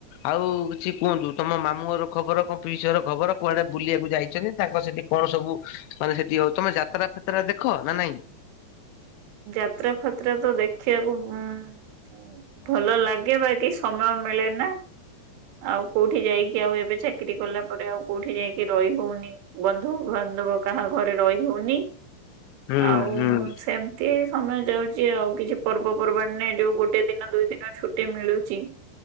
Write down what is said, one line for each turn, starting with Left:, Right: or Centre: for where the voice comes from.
Left: ଆଉ କିଛି କୁହନ୍ତୁ ତମ ମାମୁଁ ଘର ଖବର କଣ ପିଇସି ଘର ଖବର। କୁଆଡେ ବୁଲିବାକୁ ଯାଇ ଚନ୍ତି ତାଙ୍କ ସେଠି କଣ ସବୁ ମାନେ ସେଠି ଆଉ ତମେ ଯାତ୍ରା ଫାତ୍ରା ଦେଖ ନା ନାଇଁ।
Right: ଯାତ୍ରା ଫାତ୍ରା ତ ଦେଖିବାକୁ ଉଁ ଭଲ ଲାଗେ ବା କି ସମୟ ମିଳେ ନା ଆଉ କୋଉଠି ଯାଇକି ଆଉ ଏବେ ଚାକିରରି କଲା ପରେ ଆଉ କୋଉଠି ଯାଇକି ରହି ହଉନି ବନ୍ଧୁବାନ୍ଧବ କାହା ଘରେ ରହି ହଉନି
Left: ହୁଁ
Right: ଆଉ
Left: ହୁଁ।
Right: ସେମିତି ଏ ସମୟ ଯାଉଛି। ଯେ ଆଉ କିଛି ପର୍ବ ପର୍ବାଣି ନ ଯୋଉ ଗୋଟେ ଦିନ ଦୁଇ ଦିନ ଛୁଟି ମିଳୁଛି।